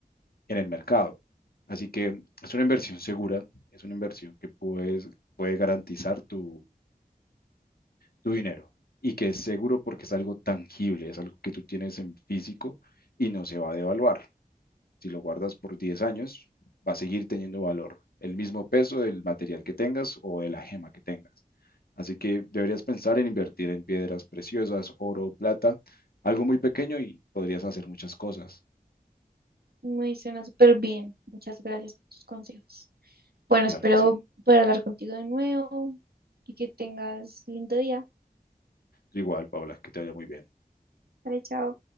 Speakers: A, on the left (about 75°); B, on the right (about 80°).
A: en el mercado. Así que es una inversión segura, es una inversión que puedes, puede garantizar tu, tu dinero y que es seguro porque es algo tangible, es algo que tú tienes en físico y no se va a devaluar. Si lo guardas por 10 años, va a seguir teniendo valor, el mismo peso del material que tengas o de la gema que tengas. Así que deberías pensar en invertir en piedras preciosas, oro, plata, algo muy pequeño y podrías hacer muchas cosas.
B: Me suena súper bien. Muchas gracias por tus consejos. Bueno,
A: Claro
B: espero
A: que sí.
B: poder hablar contigo de nuevo y que tengas lindo día.
A: Igual, Paula, que te vaya muy bien.
B: Vale, chao.